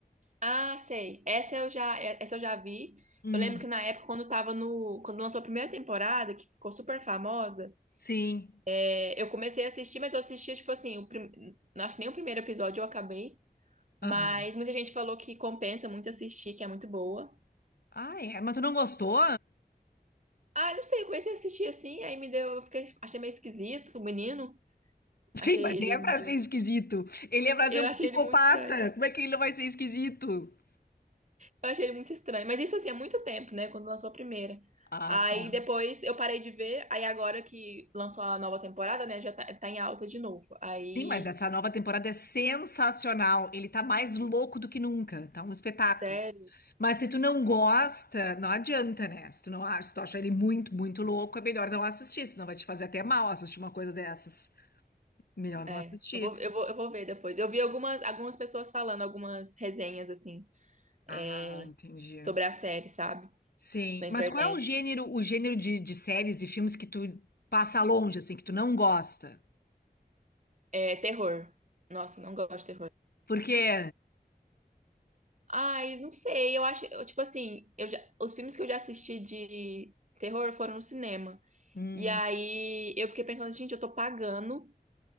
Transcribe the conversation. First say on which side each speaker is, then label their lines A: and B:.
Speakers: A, on the right (about 45°); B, on the left (about 70°).
A: Ah, sei. Essa eu já, é, essa eu já vi.
B: Hum,
A: Eu lembro que na época, quando tava no, quando lançou a primeira temporada, que ficou super famosa,
B: sim.
A: é, eu comecei a assistir, mas eu assistia, tipo assim, o prim... acho que nem o primeiro episódio eu acabei. Mas
B: Aham.
A: muita gente falou que compensa muito assistir, que é muito boa.
B: Ah, é? Mas tu não gostou?
A: Ah, não sei, eu comecei a assistir assim, aí me deu, eu fiquei, achei meio esquisito o menino.
B: Sim,
A: Achei
B: mas
A: ele,
B: ele é
A: meio-
B: pra ser esquisito. Ele é pra
A: eu
B: ser um
A: achei
B: psicopata.
A: ele muito estranho.
B: Como é que ele não vai ser esquisito?
A: Eu achei ele muito estranho. Mas isso assim, há muito tempo, né? Quando lançou a primeira.
B: Ah,
A: Aí
B: tá.
A: depois eu parei de ver, aí agora que lançou a nova temporada, né? Já tá, tá em alta de novo. Aí,
B: Sim, mas essa nova temporada é sensacional. Ele tá mais louco do que nunca. Tá um espetáculo.
A: sério,
B: Mas se tu não gosta, não adianta, né? Se tu não acha, se tu acha ele muito, muito louco, é melhor não assistir, senão vai te fazer até mal assistir uma coisa dessas. Melhor não
A: é.
B: assistir.
A: Eu vou, eu vou, eu vou ver depois. Eu vi algumas, algumas pessoas falando, algumas resenhas, assim,
B: Ah,
A: é,
B: entendi.
A: sobre a série, sabe?
B: Sim.
A: Na internet.
B: Mas qual é o gênero, o gênero de, de séries e filmes que tu passa longe, assim, que tu não gosta?
A: É, terror. Nossa, não gosto de terror.
B: Porque.
A: Ai, não sei, eu acho, eu, tipo assim, eu já- os filmes que eu já assisti de terror foram no cinema.
B: Hum,
A: E aí eu fiquei pensando, gente, eu tô pagando,